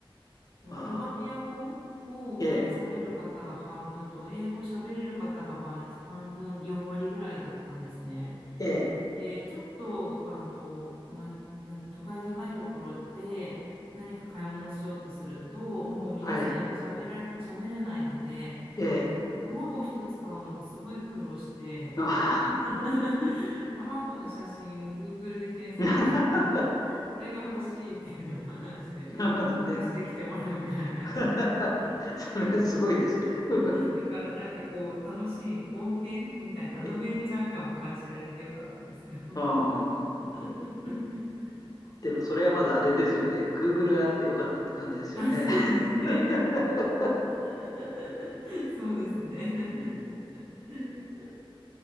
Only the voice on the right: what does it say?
まあアルバニア語を話される方が半分と、
英語喋れる方がまあ半分、4割ぐらいだったんですね。
で、ちょっと、あの、ま、なん都会じゃないところで何か買い物しようとすると、もう皆さん英語喋ら、
喋れないので、
卵一つ買うのもすごい苦労して、
<laughs> 卵の写真を Google で検索して、
これが欲しいっていうのを話して、
出してきてもらうみたいな感じです。
<laughs>
だからなんかこう楽しい冒険みたいなアドベンチャー感も感じられてよかったですよ。
<laughs>
あ、そうですね。
<laughs> そうですね。
<laughs>